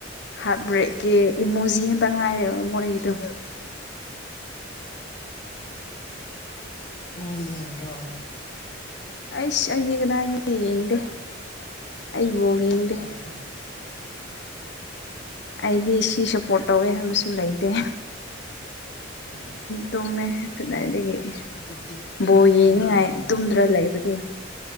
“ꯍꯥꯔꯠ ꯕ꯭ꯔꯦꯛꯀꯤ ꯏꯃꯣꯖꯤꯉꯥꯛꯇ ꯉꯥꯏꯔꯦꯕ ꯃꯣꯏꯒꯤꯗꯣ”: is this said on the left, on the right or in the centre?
Left